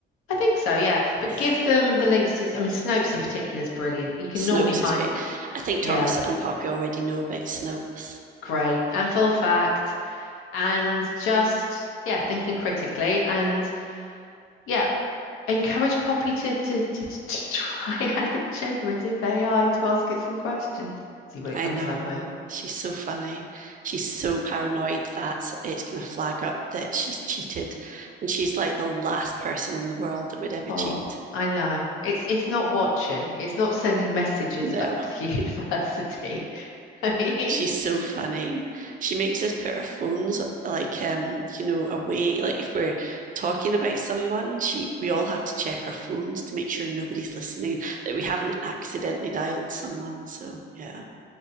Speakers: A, on the left; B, on the right.
A: I think so, yeah. But
B: Yeah.
A: give them the links to, I mean, Snopes in particular is brilliant. You can
B: Snopes
A: normally find,
B: is great. I think
A: yeah,
B: Thomas and Poppy already know about Snopes.
A: great and full fact and just, yeah, thinking critically and yeah. encourage Poppy to, to, to, to <laughs> try out generative AI to ask it some questions, see what it
B: I
A: comes
B: know.
A: up with.
B: She's so funny. She's so paranoid that it's going to flag up that she's cheated. And she's like the last person in the world that would ever
A: Oh,
B: cheat.
A: I know. It's it's not watching. It's not sending messages
B: No.
A: back to the <laughs> university. I mean,
B: She's so funny. She makes us put our phones like um, you know, away. Like if we're talking about someone, she we all have to check our phones to make sure nobody's listening, that we haven't accidentally dialed someone. So yeah,